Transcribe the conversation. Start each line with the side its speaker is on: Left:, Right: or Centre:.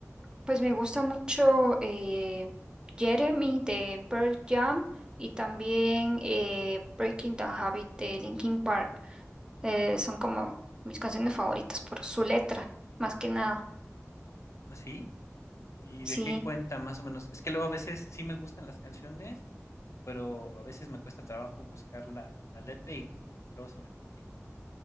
Right: pues me gusta mucho eh, Jeremy de Pearl Jam y también eh, Breaking the Habit de Linkin Park. eh, son como mis canciones favoritas por su letra, más que nada.
Left: ¿Ah, sí? ¿Y
Right: Sí,
Left: de qué cuenta más o menos? Es que luego a veces sí me gustan las canciones, pero a veces me cuesta trabajo buscar la la letra y como que luego se me complica.